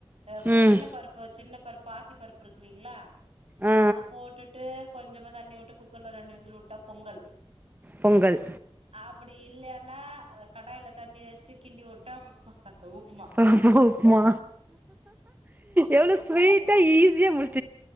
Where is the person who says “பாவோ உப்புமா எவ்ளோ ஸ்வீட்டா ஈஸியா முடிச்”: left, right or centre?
Right